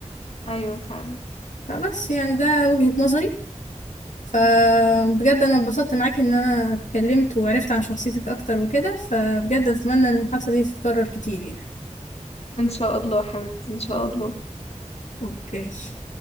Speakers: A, on the left (about 55°); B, on the left (about 75°).
A: أيوة فعلا
B: فبس يعني ده وجهة نظري فبجد انا اتبسطت معاكي ان انا اتكلمت وعرفت عن شخصيتك اكتر وكده فبجد اتمنى ان المحادثة دي تتكرر كتير يعني
A: إن شاء الله يا حبيبتي إن شاء الله
B: اوكي